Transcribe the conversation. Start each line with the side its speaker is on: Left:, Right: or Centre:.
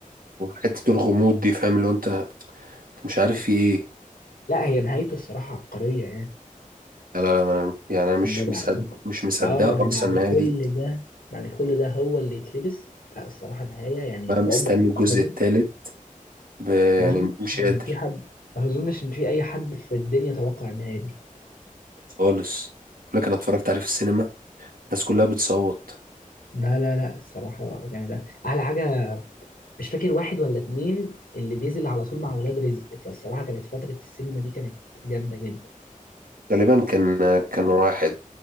Right: حته الغموض دي فاهم اللي هو انت أنت مش عارف في ايه
Left: لا هي نهايته الصراحة عبقرية يعني
Right: لا لا لا ما- يعني انا مش
Left: إن
Right: مصدق
Left: بعد ك-
Right: مش مصدقه
Left: اه إن
Right: خالص
Left: بعد
Right: النهايه
Left: كل
Right: دي
Left: ده بعد كل ده هو اللي يتلبس لا الصراحة نهاية يعني
Right: بقى مستني
Left: عمر ما
Right: الجزء
Left: ما أظن
Right: التالت ب...
Left: ما
Right: يعني
Left: أظنش
Right: مش قادر
Left: إن في حد ما أظنش إن في أي حد في الدنيا توقع النهاية دي
Right: خالص بقول لك انا اتفرجت عليه في السينما الناس كلها بتصوت
Left: لا لا لا الصراحة جامد أوي أحلى حاجة مش فاكر واحد ولا اتنين اللي نزل على طول مع ولاد رزق فالصراحة كانت فترة السينما دي كانت جامدة جدا
Right: غالبا كان كان واحد